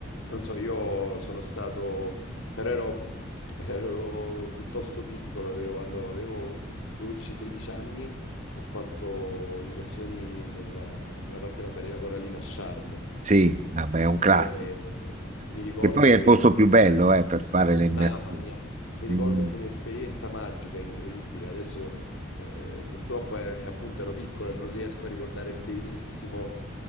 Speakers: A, on the left; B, on the right.
A: Non so, io sono stato, però ero, <laughs> ero piuttosto piccolo, vero? Quando avevo 12-13 anni ho fatto immersioni nella, nella parte della barriera corallina a Sharm.
B: Sì, vabbè, è un classico.
A: E mi ricordo
B: Che poi è il
A: che
B: posto più bello eh, per fare le immersioni.
A: Mamma mia, mi ricordo
B: Mm.
A: fu un'esperienza magica, incredibile. Adesso eh, purtroppo eh, appunto ero piccolo e non riesco a ricordare benissimo,